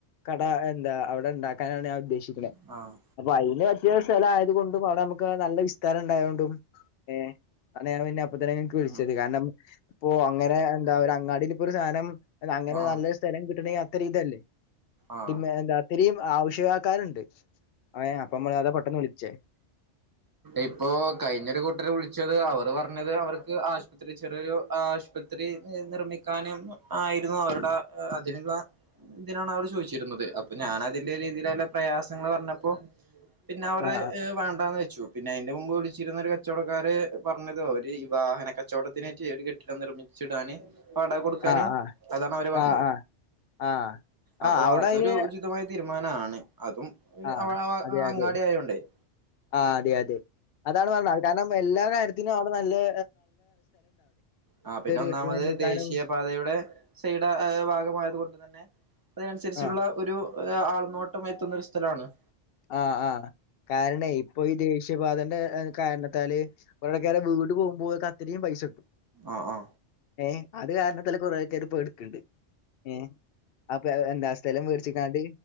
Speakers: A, on the left (about 65°); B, on the right (about 20°).
A: കട എന്താ അവിടെ ഉണ്ടാക്കാനാണ് ഞാൻ ഉദ്ദേശിക്കുന്നത്
B: ആഹ് ആഹ്
A: അപ്പൊ <unintelligible> പുതിയ സ്ഥലം ആയത് കൊണ്ടും അവിടെ നമുക്ക് നല്ല വിസ്താരം ഉണ്ടായതൊണ്ടും ഏഹ് അന്ന് ഞാൻ പിന്ന <unintelligible> ങ്ങൾക്ക് വിളിച്ചത്
B: ഉം
A: കാരണം ഇപ്പോ അങ്ങനെ എന്താ ഒരു അങ്ങാടിലിപ്പൊ ഒരു സാധനം അങ്ങനെ
B: ആഹ്
A: നല്ലൊരു സ്ഥലം കിട്ടണെൽ അത്ര ഇതല്ലേ
B: ആഹ്
A: പിന്നെ എന്താ അത്രയും ആവശ്യക്കാർ ക്കാരുണ്ട് ഏ അപ്പം അത പെട്ടന്ന് വിളിച്ചേ
B: ഇപ്പോ കഴിഞ്ഞൊരു കൂട്ടര് വിളിച്ചത് അവർ പറഞ്ഞത് അവർക്ക് ആശുപത്രി ചെറിയൊരു ആശുപത്രി നിർമ്മിക്കാനും ആയിരുന്നു അവരുടെ അതിനുള്ള ഇതിനാണ് അവർ ചോദിച്ചിരുന്നത് അപ്പൊ ഞാൻ അതിന്റെ രീതിയിലല്ല പ്രയാസങ്ങൾ പറഞ്ഞപ്പോൾ പിന്നെ അവർ
A: ആ
B: വേണ്ടാന്ന് വെച്ചു പിന്നെ എന്റെ മുമ്പ് വിളിച്ചിരുന്ന ഒരു കച്ചവടക്കാര് പറഞ്ഞത് അവര് ഈ വാഹന കച്ചവടത്തിനേറ്റ് ഒരു കെട്ടിടം നിർമ്മിച്ചിടാന് വാടക കൊടുക്കാന്
A: ആ ആ
B: അതാണ് അവര് പറഞ്ഞത്
A: ആ ആ ആ ആ
B: അപ്പൊ
A: ആ അവിടെ
B: അതൊരു
A: അയിന്
B: ഉചിതമായ തീരുമാനമാണ് അതും
A: ആ
B: അവ
A: അതെ
B: അങ്ങാടി
A: അതെ
B: ആയോണ്ടേ-
A: ആ അതെ അത് - അതാണ് പറഞ്ഞാത് കാരണം എല്ലാം- കാര്യത്തിന് അവിടെ നല്ലേ
B: ആ പിന്നെ ഒന്നാമത്
A: കെട്ടിട നിർമ്മിക്കാനും
B: ദേശീയ പാതയുടെ സൈഡ ഭാഗമായത് കൊണ്ട് തന്നെ അതിനനുസരിച്ചുള്ള
A: ആ
B: ഒരു- ആൾനോട്ടം എത്തുന്നൊരു സ്ഥലമാണ്-
A: ആഹ് ആഹ് കാരണേ ഇപ്പൊ ഈ ദേശീയപാതൻ്റെ കാരണ ത്താല്- ഒരാളെക്ക് വീട്വീട്ട് പോകുമ്പോക്ക ഇത്രയും പൈസട്ട്
B: ആഹ് ആ
A: ഏ അത് കാരണത്തില് കുറെ ആക്കാർ ഇപ്പോ എടുക്കണ്ണ്ട്- ഏ അപ്പൊ എന്താ സ്ഥലം മേർച്ചിക്കാണ്ട്